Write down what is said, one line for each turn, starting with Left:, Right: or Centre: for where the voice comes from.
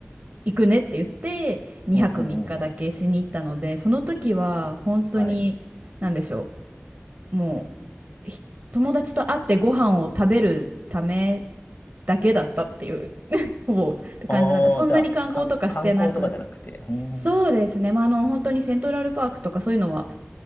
Right: 行くねって言って、2泊3日だけしに行ったので、
Left: うんうんうんうん。
Right: その時は、本当に、
Left: はい。
Right: なんでしょうもう。ひ友達と会ってご飯を食べるためだけだったっていう、<laughs> ほぼって感じなんだ。
Left: ああ、
Right: そんなに観光とかしてなく
Left: じゃあ、観観光とかじゃなくて。うん。
Right: そうですね。まあ、あの、本当にセントラルパークとかそういうのは